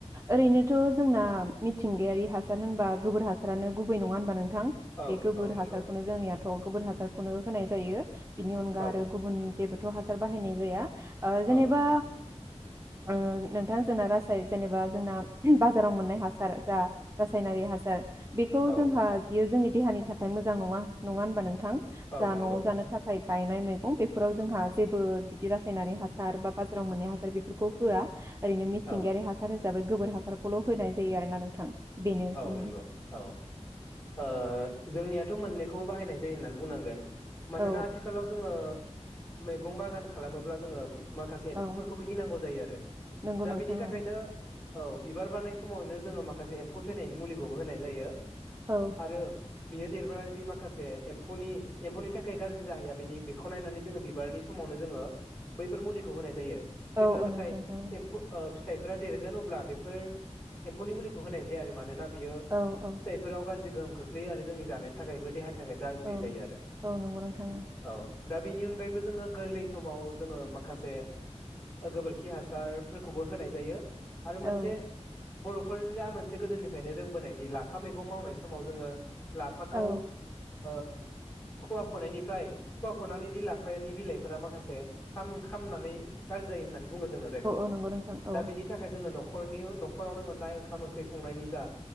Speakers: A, on the right (about 25°); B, on the left (about 15°).
A: ओरैनोथ जोंना मिथिंगायारि हास हासार होनबा गोबोर हासारानो गुबै नङा होनबा नों थां
B: औ
A: बे गोबोर
B: औ नंगौ
A: हासारखौनो जोंनियाथ गोबोर हासार खौनो होनाय जायो बिनि अनगा
B: औ
A: आरो गुबुन जेबोद थ हासार बाहायनाय जाया। ओ जेनेबा
B: औ
A: ओ नोंथां जोंना रासाय जेनेबा जोंना बाजाराव मोननाय हासार जा रासायनारि हासार बेखौ
B: औ
A: जोंहा बियो जोंनि देहानि थाखाय मोजां नङा नङा होनोमबा नों थां
B: औ
A: जा
B: नंगौ
A: न'आव जानो थाखाय गायनाय मैगं बेफोराव जोंहा जेबो बिदि रासायनारि हास हासार बा बाजाराव मोननाय हासार बेफोरखौ होआ ओरैनो मिथिंगायारि
B: औ
A: हासार होस हिसाबै गोबोर हासारखौल होनाय जायो आरोना नोंथां। बेनो जोंनि
B: औ नंगौ औ ओ जोंनियाथ' मोननैख खौ बाहायनाय जायो होननानै बुंनांगोन। मानोना
A: औ
B: आथिखालाव जोङो मैगं बागान खालामोब्ला जोङोम माखासे एम्फौफोरखौबो
A: औ
B: गिनांगौ जायो आरो
A: नंगौ
B: दा
A: नोंथां
B: बिनि थाखायनो
A: औ
B: औ बिबार बारनाय समावनो जोङो माखासे एम्फौ थैनायनि मुलिखौबो होनाय जायो
A: औ
B: आरो बियो देरबा जि माखासे एम्फौनि एम्फौनि थाखाय गाज्रि जाहैया बेनि बेखौ नायनानै जोङो बिबारनि समावनो जोङो बैफोर मुलिखौ होनाय जायो। जेब्ला
A: औ औ
B: नाथाय
A: नंगौ नोंथां औ
B: एम्फौ ओ फिथाइ <unintelligible> देरगोन अब्ला बेफोर एम्फौनि मुलिखौ होनायज जे आरो मानोना बियो
A: औ औ
B: फिथाइफोराव गाज्रि गोहोम खोख्लैयो आरो जोंनि जानायनि थाखायबो देहानि थाखाय गाज्रि
A: औ
B: जायो आरो
A: औ नंगौ नोंथां
B: औ दा बिनि अनगायैबो जोङो गोरलै समाव जोङो माखासे गोबोरखि हासारफोरखौबो होनाय जायो। आरो
A: औ
B: मोनसे बरफोररा मोनस गोदोनिफ्रायनो रोंबोनायदि लाफा मैगं मावनाय समाव जोङो। लाफाखौ
A: औ
B: ओ खुवा खुनायनिफ्राय खुवा खुनानैदि लाफानि बिलाफोरा माखसे सान खामनानै गाज्रि जायो होननानै बुङो जोङो जायखौ
A: औ नंगौ नोंथां
B: दा
A: औ
B: बिनि थाखाय जोङो नख नखरनि नखरावनो मोननाय ओंखाम ओं ख्रि संनायनि जा